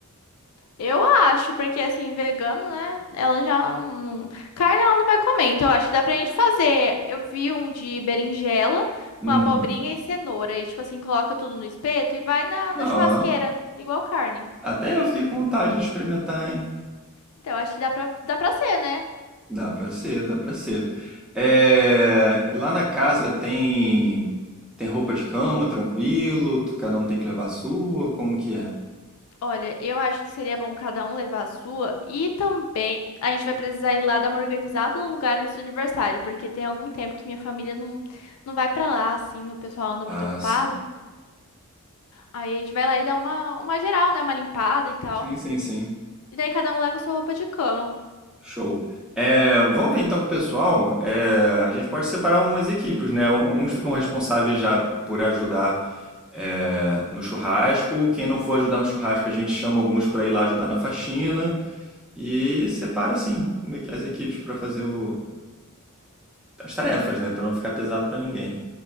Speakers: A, on the left (about 70°); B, in the centre.
A: Eu acho, porque assim, vegano, né? Ela já não. Carne ela não vai comer. Então, eu acho que dá pra gente fazer. Eu vi um de berinjela
B: Uhum.
A: com abobrinha e cenoura. E, tipo assim, coloca tudo no espeto e vai na,
B: Não,
A: na churrasqueira,
B: ó,
A: igual carne.
B: até eu fiquei com vontade de experimentar, hein?
A: Então, eu acho que dá pra, dá pra ser, né?
B: Dá pra ser, dá pra ser. É, e lá na casa tem tem roupa de cama, tranquilo, tu- cada um tem que levar a sua, como que é?
A: Olha, eu acho que seria bom cada um levar a sua. E também a gente vai precisar ir lá dar uma organizada no lugar antes do aniversário, porque tem algum tempo que minha família não, não vai pra lá, assim, o pessoal anda
B: Ah,
A: muito ocupado.
B: sim.
A: Aí a gente vai lá e dá uma, uma geral, né? Uma limpada e tal.
B: Sim, sim, sim.
A: E daí cada um leva a sua roupa de cama.
B: Show. É, vamos ver então com o pessoal. É, a gente pode separar umas equipes, né? Um- Uns ficam responsáveis já por ajudar é, no churrasco. Quem não for ajudar no churrasco, a gente chama alguns para ir lá ajudar na faxina. E separa, assim, uma as equipes para fazer o- as tarefas, né? Para não ficar pesado para ninguém.